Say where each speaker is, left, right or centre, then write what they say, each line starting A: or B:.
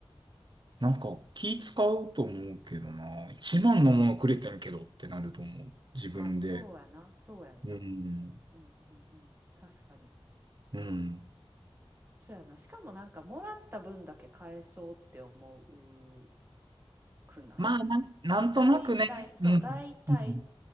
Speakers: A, on the right (about 50°); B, on the right (about 20°).
A: なんか気使うと思うけどな。一番のものくれてんけどってなると思う。自分で。
B: あ、そうやな。そうやんな。
A: うん。
B: うんうんうんうん。確かに。
A: うん。
B: そうやな。しかもなんかもらった分だけ返そうって思うくない
A: まあ、なん、なんとなくね。
B: 大体、そう、
A: うん。
B: 大体、
A: うん。